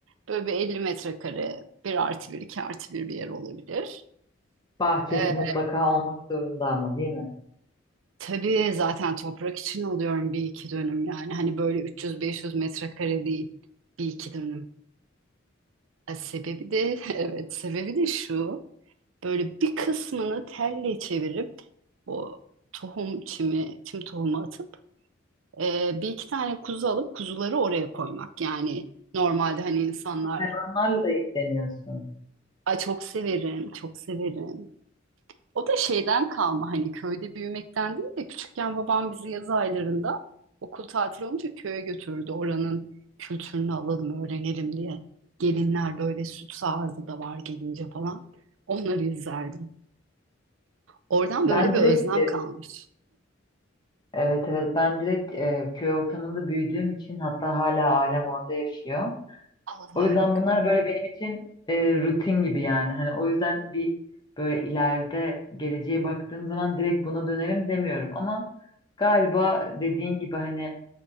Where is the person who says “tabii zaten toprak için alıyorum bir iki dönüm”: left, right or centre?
Right